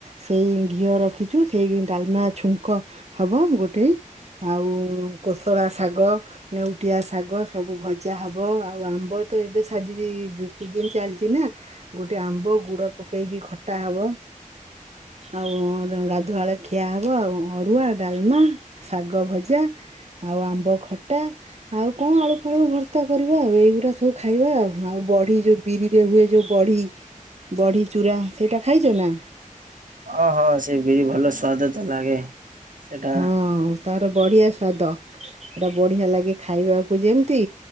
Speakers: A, on the right; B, on the right.
A: ସେଇ ଘିଅ ରଖିଛୁ ସେଇ ଡାଲମା ଛୁଙ୍କ ହବ ଗୋଟେ ଆଉ କ ପତଳା ଶାଗ ନେଉଟିଆ ଶାଗ ସବୁ ଭଜା ହବ ଆଉ ଆମ୍ବ ତ ଏବେ ସାଜି ବଖି ଚାଲିଛି ନା ଗୋଟେ ଆମ୍ବ ଗୁଡ ପକେଇକି ଖଟା ହବ ଆଉ ଗାଧୁଆଳ ଖିଆ ହବ ଆ ଅରୁଆ ଡାଲମା ଶାଗ ଭଜା। ଆଉ ଆମ୍ବ ଖଟା ଆଉ କଣ ଆଳୁ ଫଳୁକୁ ଭରସା କରିବା ଆଉ ଏଇଗୁଡା ସବୁ। ଖାଇବା ଆଉ ଆଉ ବଢି ଯୋଉ ବିରିରେ ହୁଏ ଯୋଉ ବଢି ବଢି ଚୁରା ସେଇଟା ଖାଇଛ ନା?
B: ଓଁ ହଁ ସେ ବିରି ଭଲ ସ୍ଵାଦ ତ ଲାଗେ। ସେଟା
A: ହଁ ତାର ବଢିଆ ସ୍ବାାଦ ଏଟା ବଢିଆ ଲାଗେ ଖାଇବାକୁ ଯେମତି